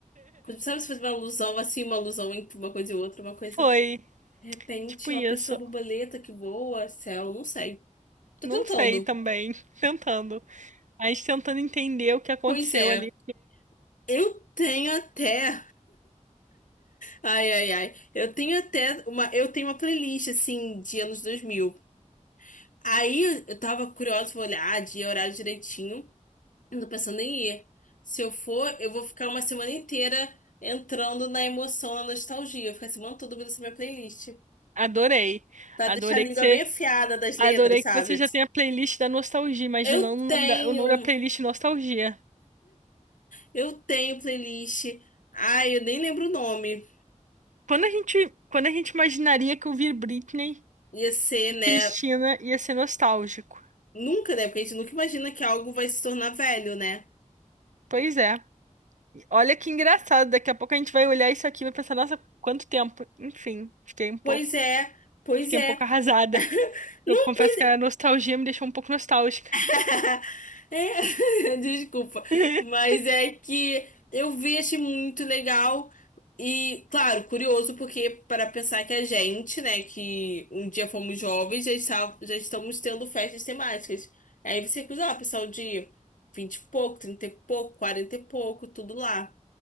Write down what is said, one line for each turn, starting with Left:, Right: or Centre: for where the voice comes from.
Left: Sabe se faz uma alusão, assim, uma alusão entre uma coisa e outra, uma coisa...
Right: Foi,
Left: De repente,
Right: tipo
Left: ela
Right: isso.
Left: pensou a borboleta que voa, céu, não sei. Tô
Right: Não
Left: tentando.
Right: sei também, <laughs> tentando. A gente tentando entender o que aconteceu
Left: Pois é,
Right: ali.
Left: eu tenho até. Ai, ai, ai. Eu tenho até uma. Eu tenho uma playlist, assim, de anos 2000. Aí eu tava curiosa, vou olhar, dia, horário direitinho. Eu tô pensando em ir. Se eu for, eu vou ficar uma semana inteira entrando na emoção, na nostalgia. Eu vou ficar a semana toda ouvindo essa minha playlist.
Right: Adorei.
Left: Pra
Right: Adorei
Left: deixar a língua
Right: que você,
Left: bem afiada das letras,
Right: adorei
Left: sabe?
Right: que você já tem a playlist da nostalgia, imaginando
Left: Eu
Right: o
Left: tenho.
Right: nome da, o nome da playlist nostalgia.
Left: Eu tenho playlist. Ai, eu nem lembro o nome.
Right: Quando a gente, quando a gente imaginaria que ouvir Britney
Left: Ia ser,
Right: E
Left: né?
Right: Cristina ia ser nostálgico.
Left: Nunca, né? Porque a gente nunca imagina que algo vai se tornar velho, né?
Right: Pois é. E Olha que engraçado, daqui a pouco a gente vai olhar isso aqui e vai pensar, nossa, quanto tempo. Enfim, fiquei um pouco,
Left: Pois é, pois
Right: fiquei
Left: é.
Right: um pouco arrasada.
Left: <laughs> Não,
Right: Eu confesso
Left: pois
Right: que a
Left: é.
Right: nostalgia me deixou um pouco nostálgica.
Left: <laughs> É, <laughs> desculpa.
Right: <laughs>
Left: Mas é que eu vi, achei muito legal. E, claro, curioso, porque para pensar que a gente, né, que um dia fomos jovens, já, está, já estamos tendo festas temáticas. Aí você cruza, ó, pessoal de 20 e pouco, 30 e pouco, 40 e pouco, tudo lá.